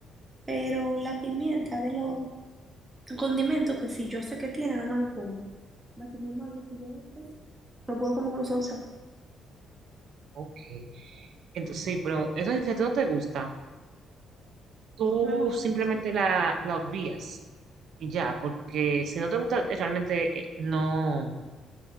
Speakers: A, on the right (about 15°); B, on the right (about 60°).
A: Pero la pimienta de los condimentos que si yo sé que tiene, no me lo como. Me comió mal, que si yo no sé, no puedo comer con los ojos. cerrados.
B: ok. Entonces, sí, pero eso es si a ti no te gusta. tú
A: Mi mamá,
B: simplemente la, la obvias y ya, porque si no te gusta, eh, realmente eh, no,